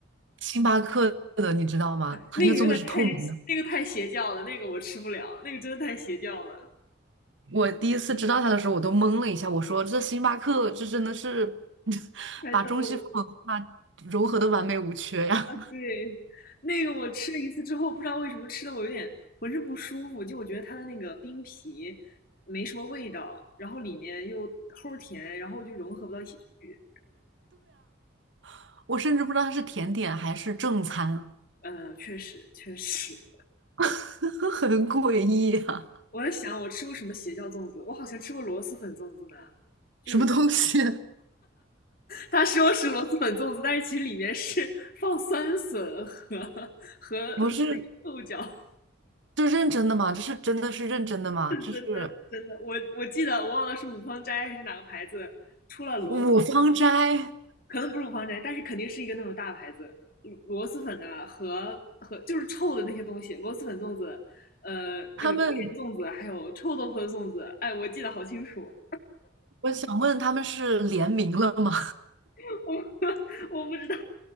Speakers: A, on the right; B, on the left.
A: 星巴克的你知道吗？它那个粽子是透明的。
B: 那个太那个太邪教了，那个我吃不了，那个真的太邪教了，
A: 我第一次知道它的时候，我都懵了一下，我说这星巴克这真的是 <laughs>
B: 太逗了。
A: 把中西方文化融合的完美无缺呀！
B: 对，那个我吃了一次之后，不知道为什么吃的我有点浑身不舒服，就我觉得它的那个冰皮没什么味道，然后里面又齁甜，然后就融合不到一起去。
A: <laughs> 我甚至不知道它是甜点还是正餐，
B: 呃，确实确实，
A: <laughs> 很诡异啊！
B: 我在想我吃过什么邪教粽子，我好像吃过螺蛳粉粽子呢，就是
A: 什么东西？
B: 他说是螺蛳粉粽子，但是其实里面是放酸笋和和和
A: <laughs> 不是，
B: 豆角。
A: 这认真的吗？这是真的是认真的吗？
B: 真的真的，
A: 这是
B: 我我记得我忘了是五芳斋还是哪个牌子出了螺蛳
A: 五芳斋，
B: 可能不是五芳斋，但是肯定是一个那种大牌子，螺螺蛳粉的和和就是臭的那些东西，螺蛳粉粽子，呃，
A: 他们，
B: 那个榴莲粽子，还有臭豆腐的粽子，哎，我记得好清楚，
A: 我想问他们是联名了吗？
B: <laughs> 我我不知道，